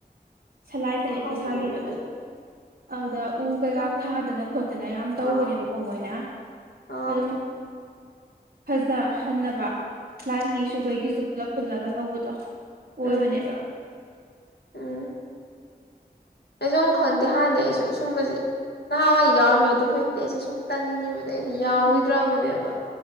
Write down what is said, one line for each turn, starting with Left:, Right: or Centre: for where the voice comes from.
Right: ꯁꯂꯥꯏ ꯇꯔꯦꯠꯀꯤ
Left: ꯈꯪꯗꯦ
Right: ꯁꯥꯈꯤꯕꯗꯣ ꯑꯗꯨꯗ ꯎ ꯀꯩꯀꯥ
Left: ꯈꯪ
Right: ꯊꯥꯗꯅ ꯈꯣꯠ ꯑꯗꯨꯅ ꯌꯥꯝ ꯇꯧꯕꯅꯦꯕꯀꯣ
Left: ꯑꯥ
Right: ꯃꯣꯏꯅ
Left: ꯑꯥ
Right: ꯑꯗꯨꯝ ꯐꯖꯍꯟꯅꯕ ꯂꯥꯏꯔꯤꯒꯤꯁꯨ ꯀꯩꯒꯤꯁꯨ ꯄꯨꯂꯞ ꯄꯨꯜꯂꯒ ꯇꯧꯕꯗꯣ ꯑꯣꯏꯕꯅꯦꯕ
Left: ꯎꯝ ꯎꯝ ꯑꯩꯁꯨ ꯑꯃꯨꯛ ꯈꯪꯗꯦ ꯍꯥꯟꯅꯗꯤ ꯑꯩꯁꯨ ꯁꯨꯝꯕꯁꯤꯦ ꯅꯍꯥꯟꯋꯥꯏ ꯌꯥꯎꯔꯝꯃꯦ ꯑꯗꯨ ꯍꯧꯖꯤꯛꯇꯤ ꯑꯩꯁꯦ ꯁꯨꯝ ꯇꯟꯈꯤꯕꯗ ꯑꯩꯁ ꯌꯥꯎꯈꯤꯗ꯭ꯔꯕꯅꯦꯕ
Right: ꯎꯝ